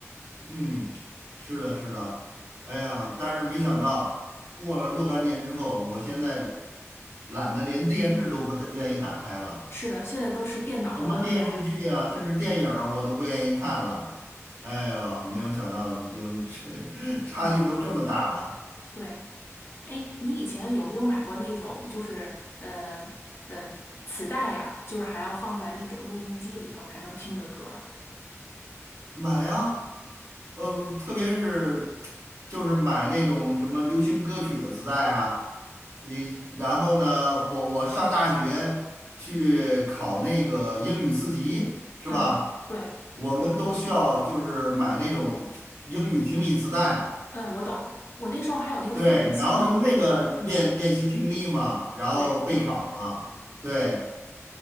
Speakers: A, on the right; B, on the left.
A: 嗯，是的，是的，哎呀，但是没想到过了若干年之后，我现在懒得连电视都不太愿意打开了。
B: 是的，现在都是电脑了，
A: 什么电视剧啊，
B: 然后
A: 甚至电影儿我都不愿意看了。哎呦，没有想到已经 <laughs> 差距都这么大了，
B: 对。哎，你以前有没有买过那种，就是呃嗯、呃磁带呀、就是还要放在那种录音机里头才能听的歌儿？
A: 买啊！呃，特别是就是买那种什么流行歌曲的磁带啊，你然后呢，我我上大学去考那个英语四级是吧？
B: 嗯，对，
A: 我们都需要就是买那种英语听力磁带。
B: 嗯，我懂。我那时候还有那个复读机呢。
A: 对，然后用那个练练习听力嘛，
B: 嗯，
A: 然后备考嘛。
B: 对，
A: 对，